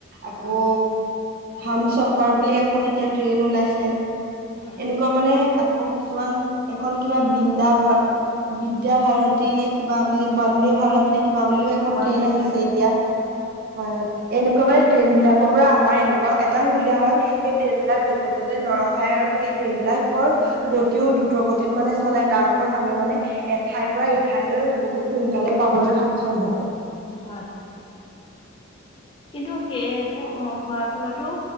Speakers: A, on the right; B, on the left.
A: আকৌ
B: হয়
A: হাম চফাৰ বুলি এখন এতিয়া ট্ৰেইন ওলাইছে।
B: হয়
A: এনেকুৱা মানে আকৌ কিছুমান এখন কিবা বৃন্দা ভাৰ বিদ্যা ভাৰতী নে কিবা বুলি ব ভাৰত নে, কি'বা বুলি এ,
B: বন্দে
A: ট্ৰেইন আহিছে
B: ভাৰত
A: এতিয়া
B: হয়
A: হয়, হয়, এনে ট্ৰেইন বিলাকৰ পৰা আমাৰ এনেকুৱা এটা সুবিধা হয়। সেই ট্ৰেইন বিলাক যতে ত'তে নৰখাই আৰু সেই ট্ৰেইন বিলাক। গতিও দ্ৰুত গতিত মানে চলে। তাৰ ফলত আমি মানে এঠাইৰ পৰা ইঠাইলৈ বহুত সোনকালে পাবলৈ সক্ষম হওঁক।
B: হয়, হয়। কিন্তু সেইবোৰ হোৱাৰ ফলতো